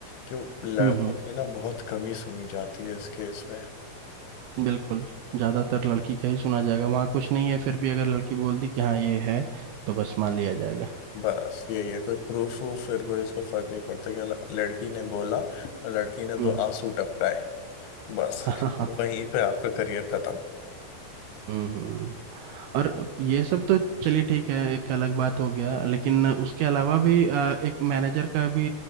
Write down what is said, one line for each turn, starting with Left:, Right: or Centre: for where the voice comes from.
Left: कि वो लड़कों
Right: हम्म हम्म
Left: की ना बहुत कमी सुनी जाती है इस केस में
Right: बिल्कुल ज्यादातर लड़की का ही सुना जाएगा वहां कुछ नहीं है फिर भी अगर लड़की बोल दी कि हाँ ये है तो बस मान लिया जाएगा
Left: बस यही है कोई प्रूफ वूफ फिर कोई उसको फर्क नहीं पड़ता कि ल- लड़की ने बोला और लड़की ने दो
Right: हम्म
Left: आंसू टपकाए बस
Right: <laughs> हाँ
Left: वहीं पे आपका करियर खत्म
Right: हम्म और ये सब तो चलिए ठीक है एक अलग बात हो गया लेकिन उसके अलावा भी अ, एक मैनेजर का भी